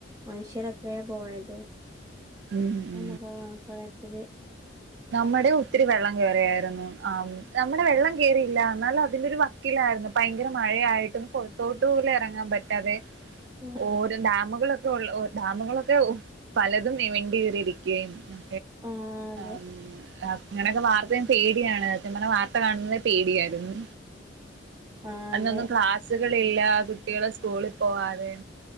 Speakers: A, on the right; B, on the right.
A: മനുഷ്യരെത്രയാ പോയത്
B: ഉം ഉം ഉം
A: നമ്മക്ക ആ പ്രളയത്തില്
B: ആഹ് നമ്മടെ ഒത്തിരി വെള്ളം കേറിയാരുന്നു ആം നമ്മടെ വെള്ളം കേറിയില്ല എന്നാലതിന്റെ ഒരു വക് ക്കിലാരുന്നു ഭയങ്കര മഴയായിട്ടൊന്നും പുറത്തോട്ട് പോലും എറങ്ങാൻ പറ്റാതെ
A: ആഹ്
B: ഓരോ ഡാമുകളൊക്കെ കൊള്ളൊ ഡാമുകളൊക്കെ ഓഹ് പലതും വി വിണ്ടു കീറിയിരിക്കാരുന്നു
A: ആഹ് ആഹ്
B: ഉം അങ്ങനെയൊക്കെ വാർത്തയും പേടിയാണ് സത്യം പറഞ്ഞാ വാർത്ത കാണുന്നതെ പേടിയാരുന്ന്
A: അതെ
B: അന്നൊന്നും ക്ലാസ്സുകളില്ല കുട്ടികള് സ്കൂളി പോവാതെ